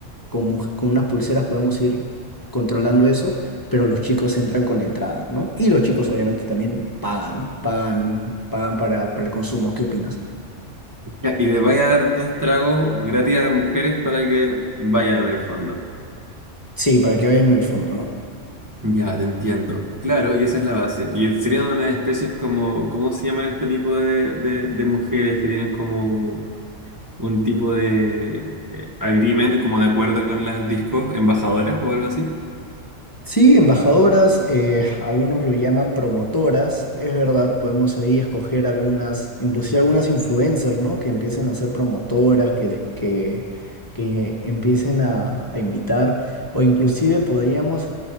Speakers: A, on the left; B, on the right.
A: con, mu- con unas pulseras podemos ir controlando eso, pero los chicos entran con entrada, ¿no? Y los chicos obviamente también pagan, pagan, pagan para, para el consumo. ¿Qué opinas?
B: Ya, Y le vaya a dar dos tragos gratis a las mujeres para que vayan en el fondo.
A: Sí, para que vayan en el fondo, ¿no?
B: Ya, te entiendo. Claro, y esa es la base. Y serían unas especies como, ¿cómo se llaman este tipo de, de, de mujeres que tienen como un tipo de eh, agreement, como de acuerdo con las discos embajadoras o algo así?
A: Sí, embajadoras, eh, a unos lo llaman promotoras, es verdad, podemos ahí escoger algunas, inclusive algunas influencers, ¿no? Que empiecen a ser promotoras, que, le- que, que empiecen a, a invitar, o inclusive podríamos